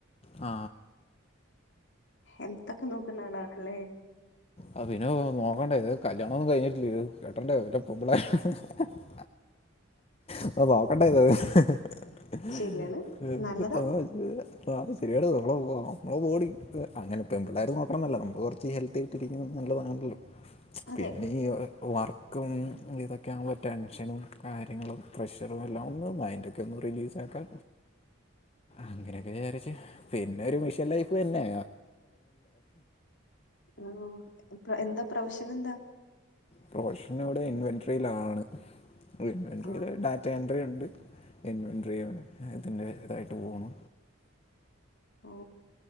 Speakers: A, on the left (about 30°); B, on the left (about 60°).
A: ആ
B: ഹെൽത്തൊക്കെ നോക്കുന്ന ആളാണല്ലേ
A: ആ പിന്നെ നോക്കണ്ടേ ഇത് കല്യാണൊ ന്നും കഴിഞ്ഞിട്ടില്ലത് കേട്ടണ്ടേ ഇവിട പൊമ്പിള്ളേരെ ഹ് ഹ് ഹ് ആ ആ ഹ് നോക്കണ്ടെത് ഇഹ് ഹ്
B: ശരിയാണ്
A: ഹ്
B: നല്ലതാ
A: ഹ് ഹ് ഇഹ് ആഹ് ഹ് അ അത് ശരിയട്ട് ഒള്ള ഒള്ളതാണോ അത് പോടി ഏ അങ്ങനെ പെമ്പിള്ളേര് നോക്കണംന്നല്ല നമുക്ക് കൊറച്ച് ഹെൽത്തി ആയിട്ടിരിക്കുന്നത് നല്ലതാണല്ലോ
B: അതെ
A: പിന്നെ ഈ എ വർക്ക് ക്കും ഇതൊക്കെ ആവുമ്പോ ടെൻഷനും കാര്യങ്ങളും പ്രഷറും എല്ലാം ഒന്ന് മൈൻഡൊക്കെ ഒന്ന് റിലീസ് ക്കെ അങ്ങനൊക്കെ വിചാരിച്ച് പിന്നെ ഒരു മിഷൻ ലൈഫ്ന്നെ
B: ഓ എന്ത എന്താ പ്രൊഫഷനെന്താ
A: പ്രൊഫഷൻ ഇവിടെ ഇൻവെൻട്രിയിലാണ് ഇൻവെൻട്രിയില്
B: ഓ
A: ഡാറ്റ എൻട്രി ഉണ് <unintelligible> അതിന്റെ ഇതായിട്ട് പോണു
B: ഓ